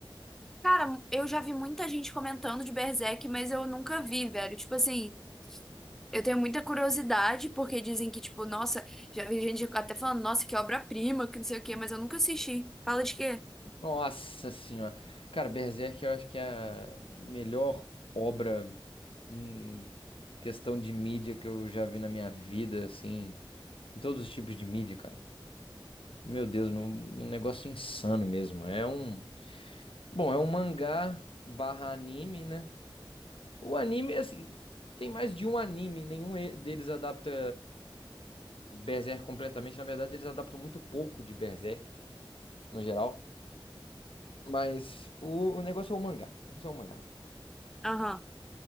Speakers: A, in the centre; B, on the left.
A: Cara, eu já vi muita gente comentando de Berserk, mas eu nunca vi, velho. Tipo assim, eu tenho muita curiosidade, porque dizem que, tipo, nossa, já vi gente até falando, nossa, que obra-prima, que não sei o quê, mas eu nunca assisti. Fala de quê?
B: Nossa senhora. Cara, Berserk eu acho que é a melhor obra em questão de mídia que eu já vi na minha vida, assim, em todos os tipos de mídia, cara. Meu Deus, num- um negócio insano mesmo. É um, bom, é um mangá barra anime, né? O anime, assim, tem mais de um anime, nenhum e- deles adapta Berserk completamente. Na verdade, eles adaptam muito pouco de Berserk, no geral. Mas o, o negócio é o mangá. O negócio é o mangá.
A: Aham.